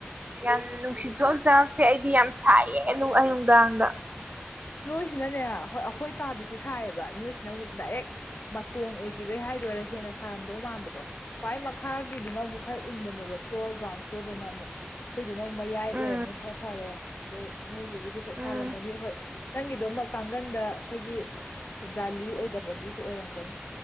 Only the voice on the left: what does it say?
ꯅꯣꯏꯁꯤꯅꯅꯦ ꯍꯣꯏ ꯑꯩꯈꯣꯏ ꯀꯥꯗꯨꯁꯨ ꯁꯥꯏꯌꯦꯕ ꯅꯣꯏꯁꯤꯅ ꯑꯃꯨꯛ ꯗꯥꯏꯔꯦꯛ ꯃꯇꯣꯟ ꯑꯣꯏꯒ ꯈꯤꯕꯩ ꯍꯥꯏꯗꯣꯏꯔꯥ ꯍꯦꯟꯅ ꯁꯥꯔꯝꯗꯧ ꯃꯥꯟꯕꯗꯣ ꯍ꯭ꯏ ꯃꯈꯥꯒꯤꯗꯨꯅ ꯑꯃꯨꯛ ꯈꯔ ꯏꯪꯕꯅꯦꯕ ꯐ꯭ꯂꯣꯔ ꯒ꯭ꯔꯥꯎꯟ ꯁꯣꯗꯅ ꯑꯃꯨꯛ ꯑꯩꯈꯣꯏꯗꯨꯅ ꯑꯃꯨꯛ ꯃꯌꯥꯏ ꯑꯣꯏꯔꯕꯝꯅꯤꯅ
ꯈꯔ ꯐꯔꯦ ꯑꯗꯩ ꯅꯣꯏꯁꯤꯕꯨꯗꯤ ꯍꯈꯣꯏ
ꯁꯥꯔꯝꯃꯅꯤ ꯍꯣꯏ ꯅꯪꯒꯤꯗꯣꯃꯛ ꯀꯥꯡꯒꯟꯗ ꯑꯩꯈꯣꯏꯒꯤ ꯖꯥꯂꯤ ꯑꯣꯏꯗꯕꯒꯤꯁꯨ ꯑꯣꯏꯔꯝꯒꯅꯤ